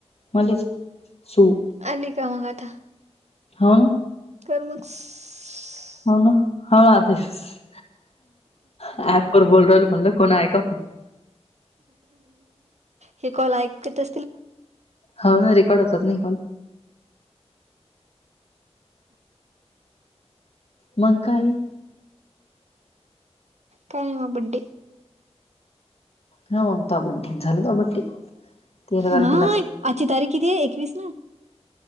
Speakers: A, on the left; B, on the right.
A: मले च सूप.
B: आली का मग आता
A: हा.
B: कर मंग स् स् स्
A: हो ना हो आते स् ॲप वर बोलून राहील म्हणलं कोण आहे का?
B: हे कॉल ऐकत्यातचं
A: हो ना. रेकॉर्ड होतात ना हे कॉल. मंग काय.
B: काय नाय ओ बड्डे.
A: हो. हुता बड्डे झाला का बड्डे. तेरा तारखेलाच
B: माय‍ आजची तारीख किती एकवीस ना.